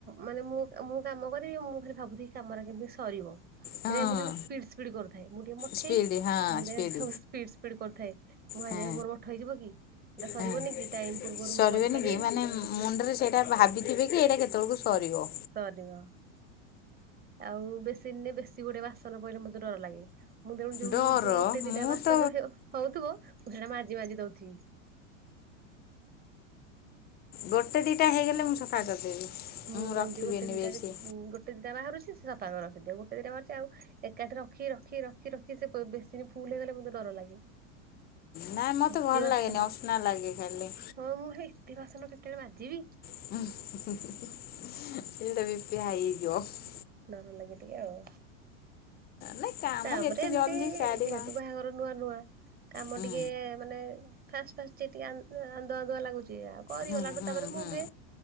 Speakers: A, on the right; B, on the left.
A: ମାନେ ମୁଁ-ମୁଁ କାମ କରିବି ମୁଁ ଖାଲି ଭାବୁଥିବି କାମରା କେମିତି ସରିବ। <unintelligible>
B: ହଁ
A: ମୁଁ ଖାଲି ସ୍ପିଡ୍-ସ୍ପିଡ୍ କରୁଥାଏ, ମୁଁ ଟିକେ ମଠେଇ
B: ସ୍ପିଡ଼ ହଁ
A: ମୁଁ ଟିକେ
B: ସ୍ପିଡ଼
A: ସବୁ ସ୍ପିଡ୍-ସ୍ପିଡ୍ କରୁଥାଏ ମୁଁ <unintelligible>
B: ହଁ
A: ମୋର ମଠ ହେଇଯିବ
B: ହଁ
A: କି ଟାଇମ୍ ପୂର୍ବରୁ
B: ସରିବନି
A: ମୁଁ କରିପାରି
B: କି ମାନେ ମୁଣ୍ଡରେ ସେଇଟା ଭାବିଥିବେ କି ଏଇଟା କେତବଳକୁ ସରିବ।
A: ସରିବ ଆଉ ବେସିନ୍ ରେ ବେଶୀ ଗୋଟେ ବାସନ ପଇଲେ ମତେ ଡର ଲାଗେ। ମୁଁ ତେଣୁ ଯୋଉ-ଯୋଉ
B: ଡର
A: ଗୋଟେ
B: ମୁଁ
A: ଦିଟା ବାସନ
B: ତ
A: ହେ ହଉଥିବ ମୁଁ ସେଇଟା ମାଜି-ମାଜି ଦଉଥିବି।
B: ଗୋଟେ ଦିଟା ହେଇଗଲେ ମୁଁ ସଫା କରିଦେବି।
A: ମୁଁ ସେମ୍ତି
B: ରଖିବିନି
A: ଗୋଟେ ଦିଟା
B: ବେଶୀ
A: ଯେ ଗୋ ଟେ ଦିଟା ବାହାରୁଛି ସେ ସଫା ରଖିଦିଏ, ଗୋଟେ ଦିଟା ବାହାରୁଛି ଆଉ ଏକାଠି ରଖି ରଖି ରଖି ର ଖି ସେ ବେସିନି ଫୁଲ୍ ହେଇଗଲେ ମତେ ଡର ଲାଗେ।
B: ନାଇଁ ମତେ
A: ଏତେ
B: ଭଲ୍
A: ବାସନ
B: ଲାଗେନି ଅସ୍ନା ଲାଗେ ଖାଲି।
A: ହଁ ମୁଁ ହେ ଏତେ ବାସନ କେତେବେଳେ ମାଜିବି?
B: <unintelligible> ଏଟା ବିପି ହାଇ ହେଇଯିବ।
A: ଡର ଲାଗେ ଟିକେ ଆଉ।
B: ନାଇଁ କାମ
A: ତାପରେ
B: ଯେତେ
A: ଏମ୍ତି
B: ଜଲ୍ଦି ସାରିବା
A: ଯେହେତୁ ବାହାଘର ନୂଆ-ନୂଆ କାମ
B: ହୁଁ
A: ଟିକେ ମାନେ ଫାଷ୍ଟ-ଫାଷ୍ଟ ଟିକେ-ଟିକେ ଆ ଆନ୍ଦୁଆ-ଆନ୍ଦୁଆ ଲାଗୁଚି ଆଉ କରିଗଲାଠୁ
B: ହୁଁ ହୁଁ
A: ତାପରେ ମୁଁ
B: ହୁଁ
A: ବି